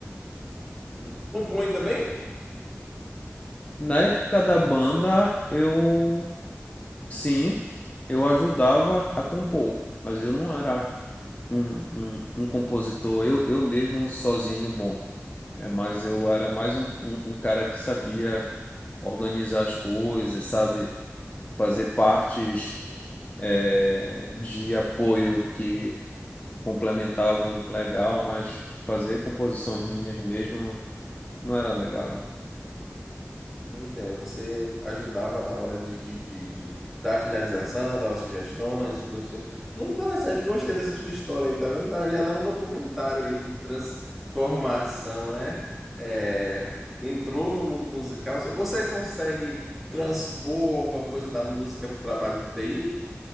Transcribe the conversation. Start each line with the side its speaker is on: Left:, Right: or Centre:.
Centre: Hum, Compõe também?
Left: Na época da banda, eu sim, eu ajudava a compor, mas eu não era um, um, um compositor, eu, eu mesmo sozinho, bom. É, mas eu
Centre: Entendo.
Left: era mais um, um, um cara que sabia organizar as coisas, sabe? Fazer partes é, de apoio que complementavam legal, mas fazer composições minhas mesmo não era legal, né?
Centre: Entendo. Você ajudava na hora de, de, de, de dar a finalização, dava sugestões, coisas do tipo. Muito interessante, gostei dessa sua história aí, tá vendo? Dá- Já dá um documentário aí de transformação, né? É, entrou no mundo musical. Você você consegue transpor alguma coisa da música para o trabalho de TI?